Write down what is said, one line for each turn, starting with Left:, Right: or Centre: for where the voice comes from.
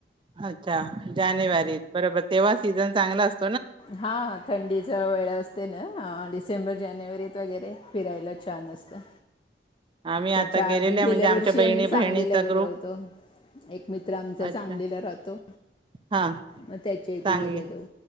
Right: अच्छा जानेवारीत बरोबर तेव्हा सीझन चांगला अस --
Left: हा थंडीचा वेळ असते ना हा हा डिसेंबर जानेवारीत वगैरे -- फिरायला छान असतं.
Right: आम्ही आता
Left: त्याच्या
Right: गेलेले
Left: आधी गेल्या
Right: म्हणजे आमच्या
Left: वर्षी
Right: बहिणी
Left: आम्ही सांगलीला
Right: बहिणीचा
Left: गेलो
Right: ग्रुप
Left: होतो. एक मित्र आमचा
Right: अच्छा
Left: सांगलीला राहतो.
Right: हा
Left: मग त्याच्या इथे
Right: सांगली
Left: गेलेलो